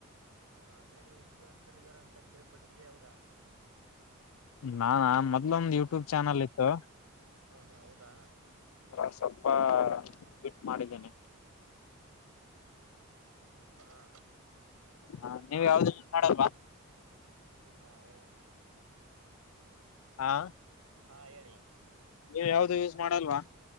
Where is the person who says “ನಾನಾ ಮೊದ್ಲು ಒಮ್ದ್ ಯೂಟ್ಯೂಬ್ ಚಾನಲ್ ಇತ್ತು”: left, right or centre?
Left